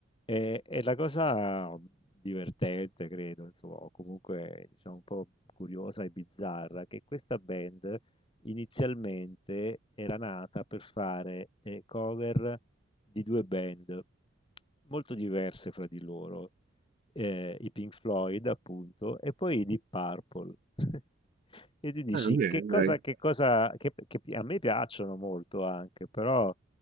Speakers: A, on the left; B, on the right.
A: E, e la cosa divertente, credo, insomma, o comunque diciamo un po' curiosa e bizzarra, che questa band inizialmente era nata per fare eh, cover di due band molto diverse fra di loro, eh, i Pink Floyd, appunto, e poi i Deep Purple. <laughs> E tu dici
B: Ah, bene,
A: che cosa,
B: dai.
A: che cosa che, che pi- a me piacciono molto anche, però